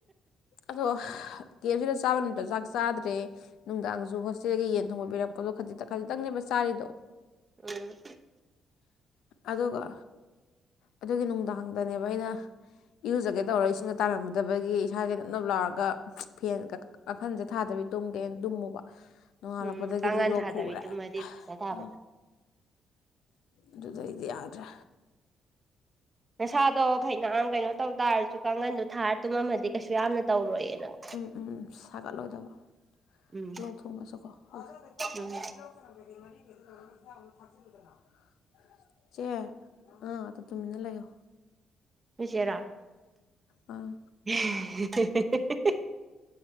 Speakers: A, on the left; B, on the right.
A: ꯑꯗꯣ ꯀꯦꯞ ꯁꯤꯗ ꯆꯥꯕ ꯅꯨꯃꯤꯠꯇ ꯆꯥꯛ ꯆꯥꯗ꯭ꯔꯦ ꯅꯨꯡꯗꯥꯡꯁꯨ ꯍꯣꯁꯇꯦꯜꯒꯤ ꯌꯦꯟ ꯊꯣꯡꯕ ꯄꯕꯤꯔꯛꯄꯗꯣ ꯈꯖꯤꯛꯇꯪ ꯈꯖꯤꯛꯇꯪꯅꯦꯕ ꯆꯥꯔꯤꯗꯣ
B: ꯎꯝ
A: ꯑꯗꯨꯒ ꯑꯗꯨꯒꯤ ꯅꯨꯡꯗꯥꯡꯗꯅꯦꯕ ꯑꯩꯅ ꯏꯔꯨꯖꯒꯦ ꯇꯧꯔ ꯏꯁꯤꯡꯗ ꯇꯥꯜꯂꯝꯃꯗꯕꯒꯤ ꯏꯁꯥꯁꯦ ꯅꯞꯅꯞ ꯂꯥꯎꯔꯒ ꯐꯦꯟꯒ ꯀꯥꯡꯈꯟꯁꯦ ꯊꯥꯗꯕꯤ ꯇꯨꯝꯒꯦꯅ ꯇꯨꯝꯃꯨꯕ ꯅꯣꯡꯉꯥꯜꯂꯛꯄꯗꯒꯤꯗꯤ
B: ꯎꯝ ꯀꯥꯡꯒꯟ
A: ꯂꯣꯛ
B: ꯊꯥꯗꯕꯤ
A: ꯈꯨꯔꯦ
B: ꯇꯨꯝꯃꯗꯤ ꯐꯖ ꯇꯥꯕ
A: ꯑ ꯑꯗꯨꯗ ꯑꯩꯗꯤ ꯌꯥꯗ꯭ꯔꯦ
B: ꯅꯁꯥꯗꯣ ꯐꯩꯅ ꯀꯩꯅꯣ ꯇꯧ ꯇꯥꯔꯁꯨ ꯀꯥꯡꯒꯟꯗꯣ ꯊꯥꯔ ꯇꯨꯝꯃꯝꯃꯗꯤ ꯀꯩꯁꯨ ꯌꯥꯝꯅ ꯇꯧꯔꯣꯏꯌꯦ ꯅꯡ
A: ꯎꯝ ꯎꯝ ꯁꯥꯒꯠꯂꯣꯏꯗꯕ
B: ꯎꯝ
A: ꯂꯣꯛ ꯊꯨꯡꯉꯁꯨꯀꯣ ꯊꯥꯗꯅ
B: ꯎꯝ
A: <unintelligible> ꯆꯦ ꯑꯥ ꯇꯨꯃꯤꯟꯅ ꯂꯩꯌꯣ
B: ꯅꯣꯏ ꯆꯦꯔꯣ
A: ꯑꯥ
B: <inaudible>